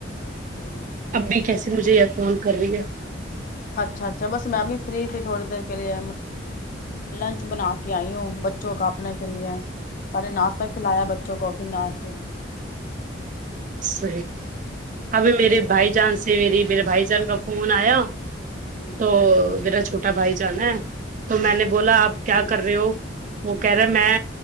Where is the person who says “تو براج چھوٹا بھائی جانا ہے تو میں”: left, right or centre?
Right